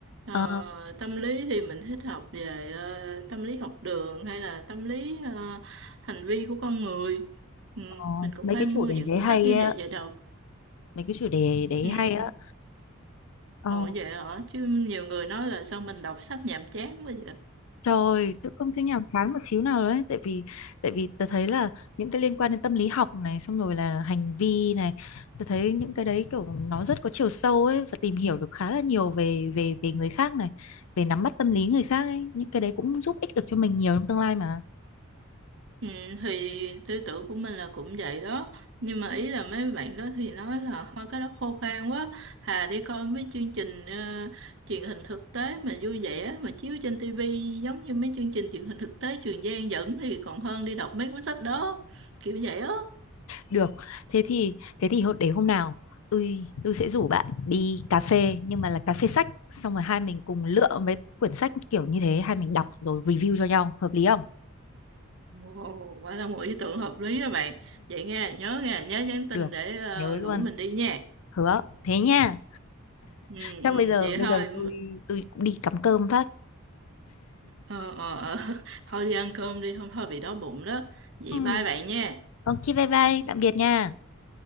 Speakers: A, on the right; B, on the left.
A: Ờ,
B: Ờ,
A: tâm lý thì mình thích học về ờ, tâm lý học đường hay là tâm lý ờ, hành vi của con người. Ừm,
B: Ờ,
A: mình cũng
B: mấy
A: hay
B: cái
A: mua
B: chủ đề
A: những
B: đấy
A: cuốn
B: hay
A: sách như
B: á
A: vậy về đọc.
B: mấy cái chủ đề đấy
A: Ừ.
B: hay á ờ,
A: Ồ vậy hả? Chứ nhiều người nói là sao mình đọc sách nhàm chán quá vậy?
B: trời tôi không thấy nhàm chán một xíu nào đấy tại vì tại vì tôi thấy là những cái liên quan đến tâm lý học này xong rồi là hành vi này tôi thấy những cái đấy kiểu nó rất có chiều sâu ấy và tìm hiểu được khá là nhiều về về về người khác này về nắm bắt tâm lý người khác ấy những cái đấy cũng giúp ích được cho mình nhiều trong tương lai mà
A: Ừ, thì tư tưởng của mình là cũng vậy đó. Nhưng mà ý là mấy bạn đó thì nói là thôi cái đó khô khan quá. Hà đi coi mấy chương trình ờ, truyền hình thực tế mà vui vẻ mà chiếu trên tivi giống như mấy chương trình truyền hình thực tế Trường Giang dẫn thì còn hơn đi đọc mấy cuốn sách đó. Kiểu vậy á.
B: Được, thế thì thế thì hôm- để hôm nào tôi tôi sẽ rủ bạn đi cà phê nhưng mà là cà phê sách xong rồi hai mình cùng lựa mấy quyển sách kiểu như thế hai mình đọc rồi review cho nhau hợp lý không?
A: Ồ, quả là một ý tưởng hợp lý đó bạn. Vậy nghe, nhớ nghe, nhớ nhắn tin
B: Được,
A: để ờ,
B: nhớ luôn,
A: rủ mình đi nha.
B: hứa. Thế nha.
A: Ừ,
B: Chắc
A: ừ,
B: bây giờ
A: vậy
B: bây
A: thôi.
B: giờ tôi tôi cũng đi cắm cơm phát.
A: Ờ, ờ, ờ. <laughs> Thôi đi ăn cơm đi, hôm thôi bị đói bụng đó. Vậy
B: Ừ,
A: bye bạn nha.
B: ok bye bye, tạm biệt nha.